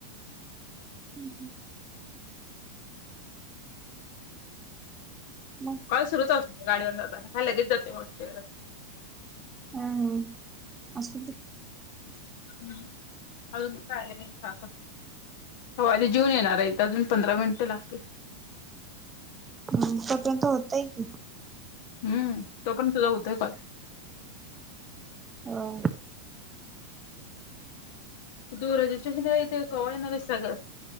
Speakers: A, on the right (about 15°); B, on the left (about 50°).
A: हम्म हम्म मग
B: काल सुरूच होत गाडीवर जाताना काही लगेच जाते मोस्
A: हह हम अससत
B: हम्म अून काले हवा आ ते जेऊन येणार आहे अजून पंधरा मिनिट लागतील
A: ह तपर्यंत होतय की
B: हम्म तो पण तुझा होतय पाे
A: हो
B: तू रजिस्ट्रेशन ते कना सग